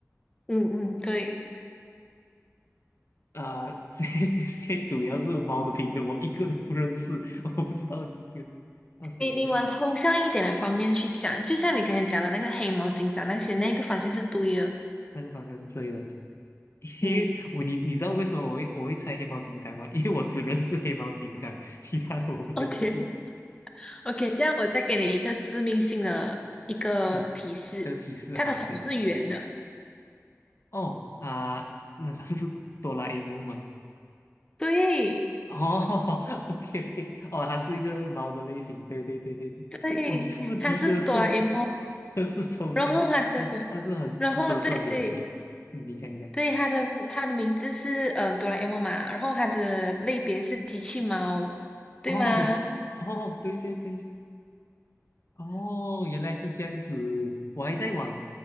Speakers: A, on the left (about 20°); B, on the left (about 55°).
A: 嗯嗯，对
B: 啊。这 <laughs>、谁主要是猫的品种，我一个都不认识，我不知道那谁一下
A: 你，你往抽象一点的方面去想，就像你刚才讲的那个黑猫警长那些，那个方向是对的。
B: 那个方向是对的。<laughs> 因为我你你知道为什么我会我会猜黑猫警长吗？
A: 嗯，
B: 因为我只认识黑猫警长，其他的我不认识
A: OK，OK，这样我再给你一个致命性的一个提示，
B: 的的提示好可以
A: 他的手是圆的，
B: 哦啊，难道是哆啦 A 梦吗？
A: 对
B: 哦 <laughs>，OK OK，哦，它是一个猫的类型，对对对对对。
A: 对，
B: 哇，你出的题真的是很，
A: 他是哆啦 A 梦，
B: 真的是抽象，
A: 然后他的，
B: 但是但是很，
A: 然后对对
B: 真的是很有趣。嗯，你讲你讲。
A: 对，他的他的名字是嗯哆啦 A 梦嘛，然后他的类别是机器猫，对吗？
B: 哦哦，对对对。哦，原来是这样子，我还在往